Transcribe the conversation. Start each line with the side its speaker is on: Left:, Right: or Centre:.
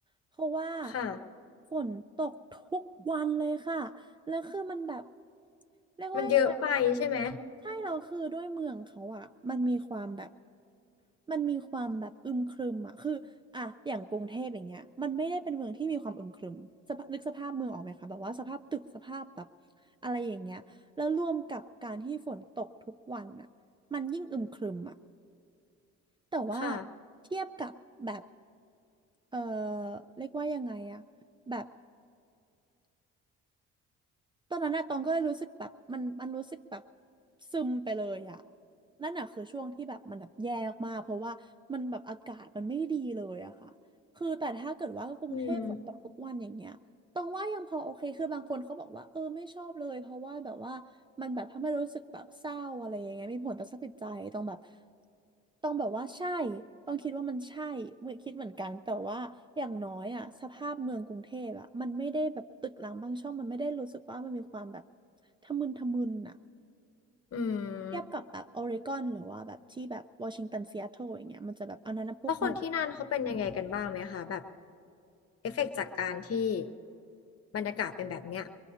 Right: เพราะว่า
Left: ค่ะ
Right: ฝนตกทุกวันเลยค่ะแล้วคือมันแบบเรียกว่ายังไง
Left: มันเยอะไปใช่ไหม
Right: ใช่เราคือด้วยเมืองเขาอะมันมีความแบบ มันมีความแบบอึมครึมอ่ะคืออ่ะอย่างกรุงเทพอย่างเงี้ยมันไม่ได้เป็นเมืองที่มีความอึมครึมสภาพนึกสภาพเมืองออกไหมคะแบบว่าสภาพตึกสภาพแบบอะไรอย่างเงี้ยแล้วรวมกับการที่ฝนตกทุกวันอะมันยิ่งอึมครึมอะแต่ว่า
Left: ค่ะ
Right: เทียบกับแบบเออเรียกว่ายังไงอะแบบ ตอนนั้นอะตองก็เลยรู้สึกแบบมันมันรู้สึกแบบซึมไปเลยอะนั่นอะคือช่วงที่แบบมันแบบแย่มากๆเพราะว่ามันแบบอากาศมันไม่ดีเลยอะค่ะ คือแต่ถ้าเกิดว่ากรุงเทพฝนตกทุกวันอย่างเงี้ย
Left: อืม
Right: ตรงว่ายังพอโอเคคือบางคนเขาบอกว่าเออไม่ชอบเลยเพราะว่าแบบว่ามันแบบทำให้รู้สึกแบบเศร้าอะไรอย่างเงี้ยมีผลต่อสภาพจิตใจต้องแบบต้องแบบว่าใช่ต้องคิดว่ามันใช่เหมือนคิดเหมือนกันแต่ว่าอย่างน้อยอ่ะสภาพเมืองกรุงเทพอ่ะมันไม่ได้แบบตึกรามบางช่องมันไม่ได้รู้สึกว่ามันมีความแบบทะมึนทะมึนอ่ะ
Left: อืม
Right: เทียบกับแบบออริกอนหรือว่าแบบที่แบบวอชิงตันซีแอตเทิลอย่างเงี้ยมันจะแบบอันนั้นนะพวกเมือง
Left: แล้วคนที่นั่นเขาเป็นยังไงกันบ้างไหมคะแบบเอฟเฟกต์จากการที่บรรยากาศเป็นแบบเนี้ย